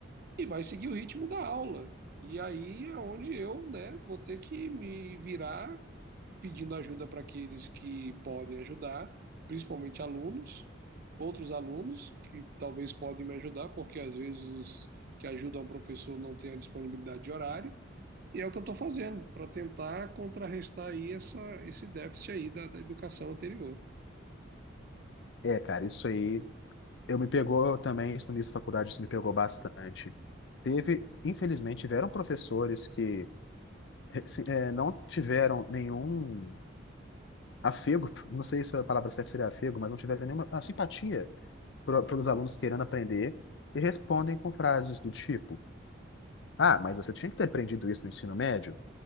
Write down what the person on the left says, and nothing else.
É, cara, isso aí Eu me pegou também, isso no início da faculdade, isso me pegou bastante. Teve, infelizmente, tiveram professores que eh, se- eh, não tiveram nenhum afego, <laughs> não sei se a palavra certa seria afego, mas não tiveram nenhuma ah, simpatia pro- pelos alunos querendo aprender e respondem com frases do tipo: Ah, mas você tinha que ter aprendido isso no ensino médio?